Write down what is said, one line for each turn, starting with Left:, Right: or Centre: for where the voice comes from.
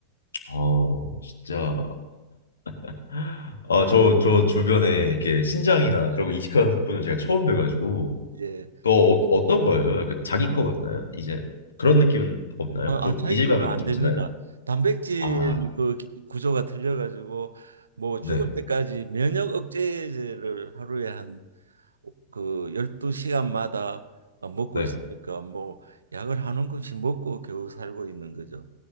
Left: 아우, 진짜. <laughs> 아, 저, 저 주변에 이렇게 신장이나 그런 거 이식하는 분을 제가 처음 뵈가지고,
Right: 예.
Left: 또 어, 어떤 거예요? 약간 자기 거 같나요? 이제 그런 느낌은 없나요?
Right: 아,
Left: 좀
Right: 아, 자기
Left: 이질감이
Right: 거는 안
Left: 좀
Right: 됩니다.
Left: 드나요?
Right: 단백질
Left: 아,
Right: 그 기- 구조가 틀려 가지고 뭐
Left: 네,
Right: 죽을 때까지 면역 억제제를 하루에 한 그 12시간마다 먹고
Left: 네.
Right: 있으니까 뭐 약을 한 움큼씩 먹고 겨우 살고 있는 거죠.